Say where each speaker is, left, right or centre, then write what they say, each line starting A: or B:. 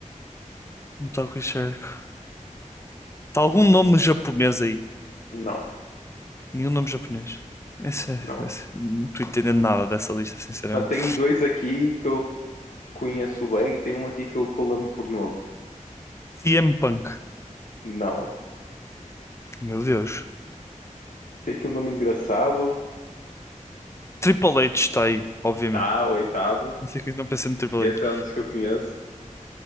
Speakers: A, on the left (about 20°); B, on the left (about 80°).
A: Não está o Chris Jericho. Está algum nome japonês aí?
B: Não,
A: Nenhum nome japonês. Esse, é-
B: não.
A: esse- não estou entendendo nada dessa lista, sinceramente.
B: Mano, tem dois aqui que eu conheço bem e tem um aqui que eu, que eu lembro por nome.
A: CM Punk.
B: Não.
A: Meu Deus.
B: Tem aqui um nome engraçado.
A: Triple H está aí, obviamente.
B: Tá, oitavo.
A: Não sei que eu não pensei no Triple
B: Esse
A: H.
B: é um dos que eu conheço.